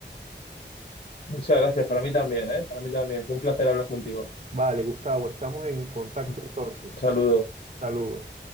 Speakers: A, on the left; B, on the right.
A: Muchas gracias, para mí también, ¿eh? Para mí también. Fue un placer hablar contigo.
B: Vale, Gustavo, estamos en contacto
A: Un
B: entonces.
A: saludo.
B: Saludos.